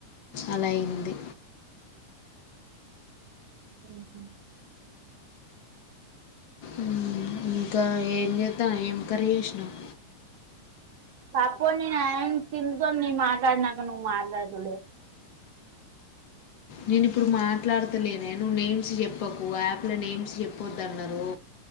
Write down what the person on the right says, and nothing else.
ఉహు
పాప నేను ఆయన తిన్ తో మాట్లాడి నాక నువ్వు మాట్లాడదులే